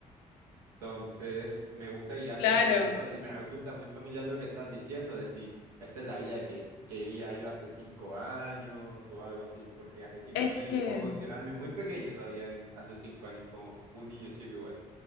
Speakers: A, on the right; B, on the left.
A: Entonces, me gusta guiarme
B: Claro.
A: por eso y me resulta muy familiar lo que estás diciendo de si esta es la vida que quería yo hace cinco años o algo así, porque hace cinco
B: Es
A: años
B: que.
A: yo puedo considerarme muy pequeño todavía en hace cinco años como un niño chico igual.